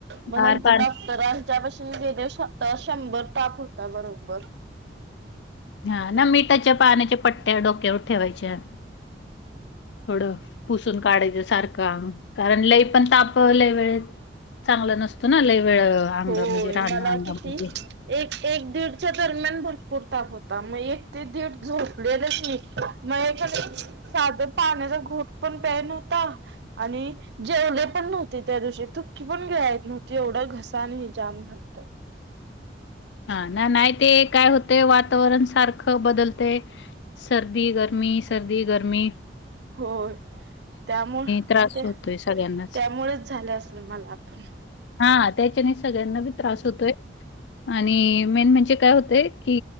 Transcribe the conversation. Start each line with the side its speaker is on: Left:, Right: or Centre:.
Right: मग
Left: गार
Right: नंतर
Left: पाणी.
Right: ड, तर हच्यापशी गेले शंभर ताप होता बरोबर,
Left: हा ना मिठाच्या पाण्याच्या पट्ट्या डोक्यावर ठेवायच्या, थोड, पुसून काढायचं सारखं आंग कारण लई पण तापवलंय वेळेत चांगला नसतो ना लई वेळ अंग,
Right: होय
Left: म्हणजे राहण
Right: मला
Left: अंगामधी
Right: किती एक, एक दीडच्या दरम्यान भरपूर ताप होता मग एक ते दीड झोपलेलेच मी. मग एखादा साधं पाण्याचा घोट पण प्या नव्हता आणि जेवले पण नव्हते त्या दिवशी थुकी पण गिळाया येत नव्हती एवढं घस नाही जाम झालतं
Left: हां, ना नाही ते काय होतेय वातावरण सारखं बदलतय सर <unintelligible> गर्मी सर्दी गर्मी
Right: होय, त्यामुळे
Left: त्रास
Right: ते,
Left: होतोय सगळ्यांनाच.
Right: त्यामुळेच झाले असेल मला <unintelligible> आपण
Left: हां, त्याच्यानीच सगळ्यांना बी त्रास होतोय आणि मेन म्हणजे काय होतय की